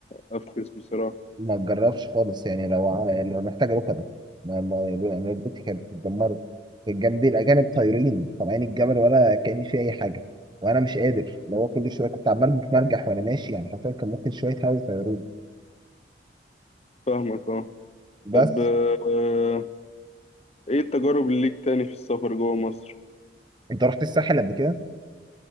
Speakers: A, on the left (about 35°); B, on the right (about 25°).
A: أفكس بصراحة
B: ما تجربش خالص يعني لو ع- يعني لو محتاج ركبه ما ما يعني ركبتي كانت اتدمرت كان جنبي الاجانب طايرين طالعين الجبل ولا كاني في اي حاجه وانا مش قادر لو هو كل شويه كنت عمال بتمرجح وانا ماشي يعني حرفيا كان ممكن شويه هوا يطيروني
A: فاهمك أه
B: بس
A: طب آه، إيه التجارب اللي ليك تاني في السفر جوه مصر؟
B: انت رحت الساحل قبل كده؟